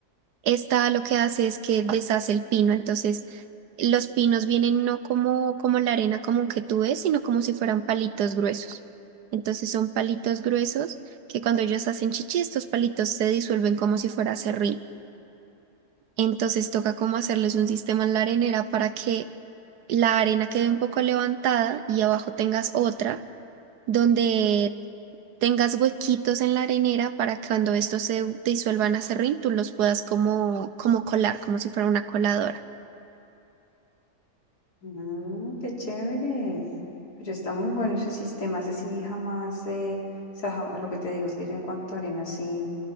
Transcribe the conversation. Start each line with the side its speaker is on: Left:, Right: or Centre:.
Right: esta lo que hace es que deshace el pino, entonces los pinos vienen no como, como la arena común que tú ves, sino como si fueran palitos gruesos. Entonces son palitos gruesos que cuando ellos hacen chichi, estos palitos se disuelven como si fuera serrín. Entonces toca como hacerles un sistema en la arenera para que la arena quede un poco levantada y abajo tengas otra donde tengas huequitos en la arenera para que cuando estos se disuelvan a serrín, tú los puedas como, como colar, como si fuera una coladora.
Left: Mm, qué chévere. Pero está muy bueno ese sistema, ese sí jamás, eh, o sea, jam- lo que te digo es que yo en cuanto a arenas sí,